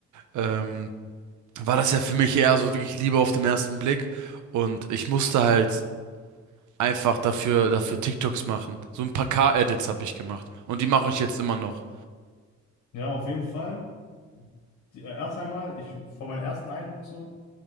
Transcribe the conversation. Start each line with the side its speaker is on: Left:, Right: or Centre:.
Right: Ähm, war das ja für mich eher so wirklich Liebe auf den ersten Blick. Und ich musste halt einfach dafür, dafür TikToks machen. So ein paar K-Edits habe ich gemacht. Und die mache ich jetzt immer noch.
Left: Ja, auf jeden Fall. Die, äh, erst einmal, ich, von meinem ersten Eindruck so,